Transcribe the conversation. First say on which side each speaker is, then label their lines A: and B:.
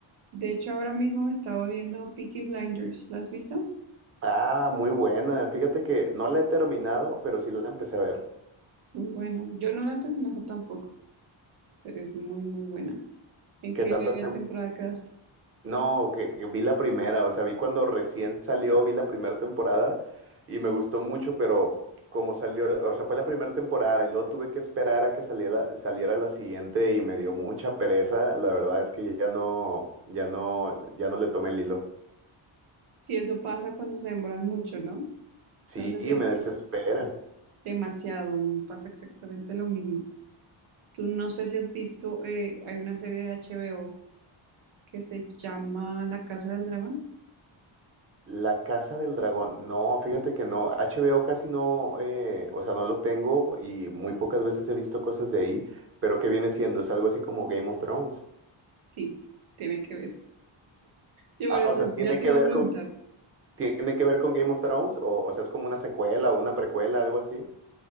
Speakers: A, on the right; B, on the right.
A: De hecho, ahora mismo me estaba viendo Peaky Blinders. ¿La has visto?
B: Ah, muy buena. Fíjate que no la he terminado, pero sí la empecé a ver.
A: Muy buena. Yo no la he terminado tampoco, pero es muy, muy buena. ¿En
B: ¿Qué
A: qué
B: tantas, tem-
A: temporada quedaste?
B: No, que, que vi la primera, o sea, vi cuando recién salió, vi la primera temporada y me gustó mucho, pero como salió, o sea, fue la primera temporada y luego tuve que esperar a que saliera, saliera la siguiente y me dio mucha pereza, la verdad es que ya no, ya no, ya no le tomé el hilo.
A: Sí, eso pasa cuando se demoran mucho, ¿no?
B: Sí,
A: No sé si has
B: me
A: visto
B: desespera.
A: demasiado, me pasa exactamente lo mismo. Tú no sé si has visto, eh, hay una serie de HBO. que se llama La Casa del Dragón.
B: La Casa del Dragón, no, fíjate que no, HBO casi no, eh, o sea, no lo tengo y muy pocas veces he visto cosas de ahí, pero ¿qué viene siendo? Es algo así como Game of Thrones.
A: Sí, tiene que ver. Yo
B: Ah,
A: por eso
B: o sea, tiene
A: ya te
B: que
A: iba
B: ver
A: a preguntar.
B: con, ¿Tiene que ver con Game of Thrones? O, o sea, es como una secuela o una precuela, algo así.